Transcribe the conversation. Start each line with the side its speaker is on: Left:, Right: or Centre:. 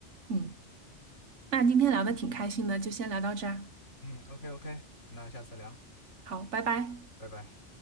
Right: 嗯，那今天聊的挺开心的，就先聊到这儿。
Left: 嗯，OK OK，那下次聊，
Right: 好，拜拜。
Left: 拜拜。